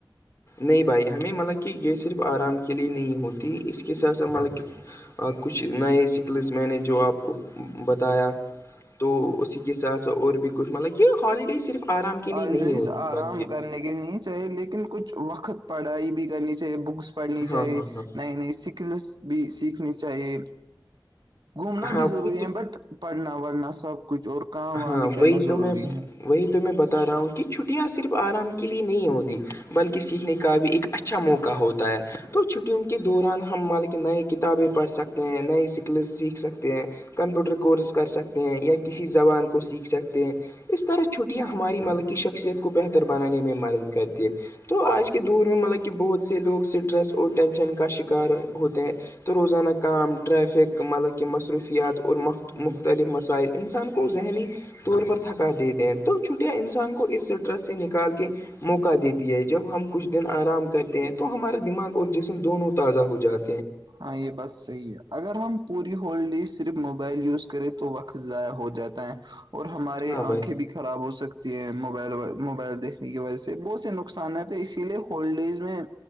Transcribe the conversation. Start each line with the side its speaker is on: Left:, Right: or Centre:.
Left: نہیں بھائی ہمیں مطلب کہ یہ صرف آرام کے لیے نہیں ہوتی اس کے ساتھ ساتھ مطلب کہ اور کچھ نئے اسکلس میں نے جو آپ کو بتایا تو اسی کے ساتھ س اور بھی کچھ مطلب کہ ہالیڈی صرف آرام کے لیے
Right: ہر
Left: نہیں
Right: لوئس
Left: ہوتی
Right: آرام
Left: بلکہ
Right: کرنے کے لی چاہ لیکن کچھ وقت پڑھائی بھی کرنی چاہیے بکس پڑھنی
Left: ہاں
Right: چاہے
Left: ہاں ہاں
Right: نئی نئی س کل بھی سیکھنی چاہیے گھومنا
Left: ہاں
Right: بھی ضروری
Left: وہی تو
Right: ہے بٹ پڑھنا وڑھنا سب کچھ اور کام
Left: ہاں
Right: وام بھی کرنا
Left: وہی تو
Right: ضروری
Left: میں
Right: ہے
Left: وہی تو میں بتا رہا ہوں کہ چھٹیاں صرف آرام کے لیے نہیں ہوتی بلکہ سیکھنے کا بھی ایک اچھا موقع ہوتا ہے تو چھٹیوں کے دوران ہم مالک نئی کتابیں پڑھ سکتے ہیں نئی اسکلز سیکھ سکتے ہیں کمپیوٹر کورس کر سکتے ہیں یا کسی زبان کو سیکھ سکتے ہیں اس طرح چھٹیاں ہماری مل کی شخصیت کو بہتر بنانے میں مدد کرتی ہے تو آج کے دور میں مطلب کہ بہت سے لوگ اسٹریس اور ٹینشن کا شکار ہوتے ہیں تو روزانا کام ریفک مطلب کہہ مصروفیات اورخت
Right: ہاں
Left: مختلف
Right: بھائی
Left: مسائل انسان کو ذہنی طور پر تھکا دیتے ہیں تو چھوٹیا انسان کو اس اسٹریس سے نکال کے موقع دیتی ہے جب ہم کچھ دن آرام کرتے ہیں تو ہمارا دماغ اور جسم دونوں تازہ ہو جاتا
Right: ہاں یہ بس صحیح ہے اگر ہم پوری ہول ڈی صرف موبائل یوز کریں تو وقت ضائع ہو جاتا ہے اور ہماراری
Left: ہاں
Right: آنکھیں
Left: بھائی
Right: بھی خراب ہو سکتی ہے موبائل موبائل دیکھنے کی وجہ سے بہت سے نقصانات ہیں اسی لیے ہولڈیز میں